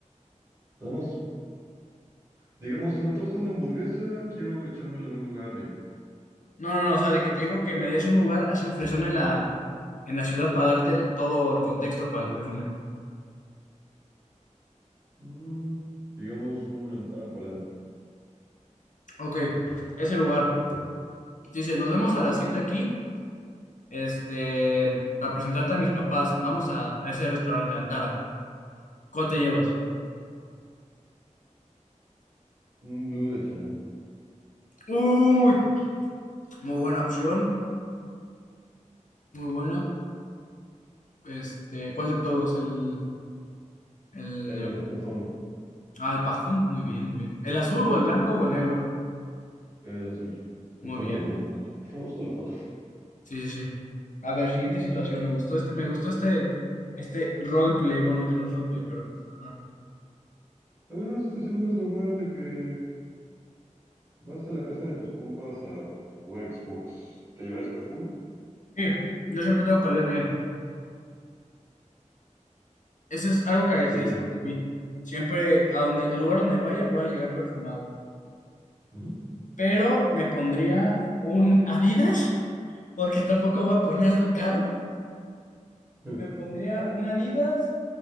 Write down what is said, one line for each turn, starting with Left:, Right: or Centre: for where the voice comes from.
Right: nada digamos, se me antoja una hamburguesa, quiero echármela en un lugar bien.
Left: No, no, no, o sea, de que te digo que me des un lugar así fresón en la, en la ciudad para darte el- todo el contexto para el perfume.
Right: Mm, digamos un Antara Polanco.
Left: Ok, ese lugar. Dice, nos vemos a las 7 aquí, este, para presentarte a mis papás. Vamos a, a ese restaurante, Antara. ¿Cuál te llevas?
Right: Un blue de Chanel.
Left: Uy, muy buena opción, muy buena. Este, ¿cuál de todos? El, el,
Right: El perfume.
Left: ah, el parfum, muy bien, muy bien. ¿El azul
Right: Sí,
Left: o el blanco o el negro?
Right: el azul.
Left: Muy
Right: Déjame
Left: bien.
Right: te mando foto. Déjame busco la foto.
Left: Sí, sí, sí. A ver, siguiente situación. Me gustó este, me gustó este, este roleplay. Bueno, que no es roleplay, pero. ajá.
Right: A ver, una situación más normal de que vas a la casa de tus compas a jugar Xbox. ¿Te llevarías perfume?
Left: Sí, yo siempre tengo que oler bien. Eso es algo que caracteriza
Right: ¿Qué llevarías?
Left: a mí. Siempre, a donde, al lugar donde vaya, voy a llegar perfumado.
Right: Ujú.
Left: Pero me pondría un Adidas, porque tampoco voy a poner algo caro.
Right: <laughs>
Left: Me pondría un Adidas.